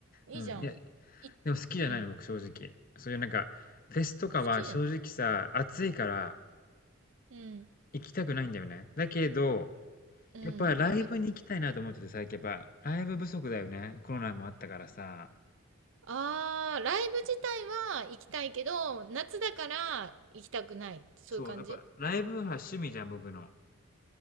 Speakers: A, on the right; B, on the left.
A: いいじゃん。
B: うん。いや、
A: い、
B: でも好きじゃないの、
A: うん。
B: 僕、正直。そういうなんか、フェスとかは正直さ、
A: 好きじゃん。
B: 暑いから
A: うん。
B: 行きたくないんだよね。だけど、
A: うん。
B: やっぱライブに行きたいなと思ってて、
A: だけど。
B: 最近やっぱライブ不足だよね。コロナもあったからさ。
A: あー、ライブ自体は行きたいけど、夏だから行きたくない。そういう感じ
B: そう、やっぱライブは趣味じゃん、僕の。